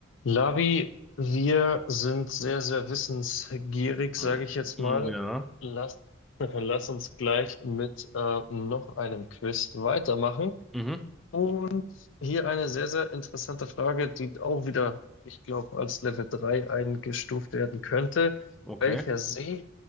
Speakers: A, on the left; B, in the centre.
A: Labi, wir sind sehr, sehr wissensgierig, sage
B: Mhm.
A: ich jetzt mal.
B: Ja.
A: Lass, <laughs> lass uns gleich mit äh, noch einem Quiz weitermachen.
B: Mhm.
A: Und hier eine sehr, sehr interessante Frage, die auch wieder, ich glaube, als Level 3 eingestuft werden könnte.
B: Okay.
A: Welcher See